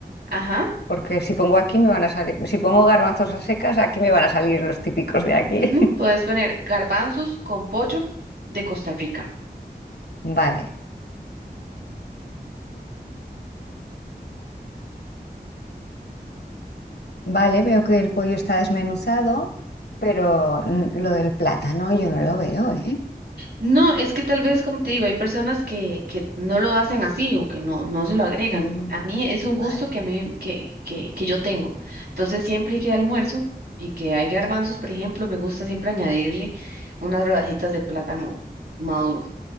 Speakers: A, on the right; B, on the left.
A: Ajá,
B: Porque si pongo aquí me van a salir, si pongo garbanzos a secas, aquí me van a salir los típicos de aquí.
A: ujú,
B: <laughs>
A: Puedes poner garbanzos con pollo de Costa Rica.
B: Vale. Vale, veo que el pollo está desmenuzado, pero mm, lo del plátano yo no lo veo, ¿eh?
A: No, es que tal vez, como te digo, hay personas que, que no lo hacen así o que no, no se lo agregan.
B: Mm.
A: A mí es un
B: Vale.
A: gusto que a mí, que, que, que yo tengo. Entonces, siempre que almuerzo y que hay garbanzos, por ejemplo, me gusta siempre añadirle unas rodajitas de plátano maduro.